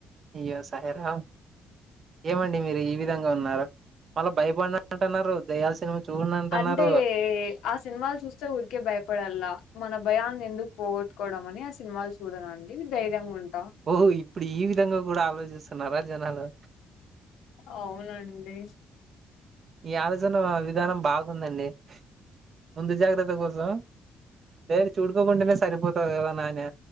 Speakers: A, on the right (about 50°); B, on the left (about 85°).
A: ఇయ్యో సాయిరాం ఏమండి మీరు ఈ విధంగా ఉన్నారు మళ్ళా భయపడనం అంటున్నారు దయ్యాల సినిమా చూడను అంటున్నారు
B: అండే ఆ సినిమాలు చూస్తే ఊరికే భయపడాలా మన భయాన్ని ఎందుకు పోగొట్టుకోవడం అని ఆ సినిమాలు చు చూడనండి ధైర్యంగా ఉంటా
A: ఓహో ఇప్పుడు ఈ విధంగా కూడా ఆలోచిస్తున్నారా జనాలు
B: అవునండి
A: ఈ ఆలోచన విధానం బాగుందండి ముందు జాగ్రత్త కోసం వేర చూడుకోకుండానే సరిపోతావు కదా నాని